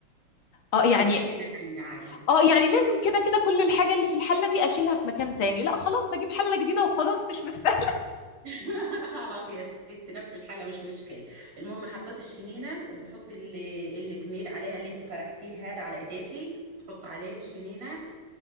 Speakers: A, on the left; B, on the right.
A: اه يعني
B: او في حله تانية عادي
A: اه يعني لازم كده كده كل الحاجة اللي في الحلة دي اشيلها في مكان تاني لا خلاص هجيب حلة جديدة وخلاص مش مستاهل
B: <laughs> خلاص يا ست نفس الحله مش مشكله المهم حطيت الشنينه وبتحط ال- الجميد عليها اللي انت فركتيه هذا على ايديكي بتحط عليه الشنينه